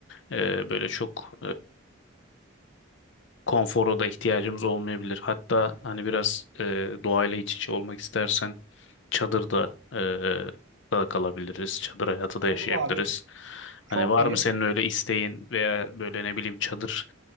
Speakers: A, on the left; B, on the right.
A: Ee, böyle çok konfora da ihtiyacımız olmayabilir. Hatta hani biraz e, doğayla iç içe olmak istersen çadırda e, da kalabiliriz. Çadır hayatı da
B: Olur
A: yaşayabiliriz.
B: abi.
A: Hani
B: Çok
A: var
B: iyi.
A: mı senin öyle isteğin veya böyle ne bileyim çadır,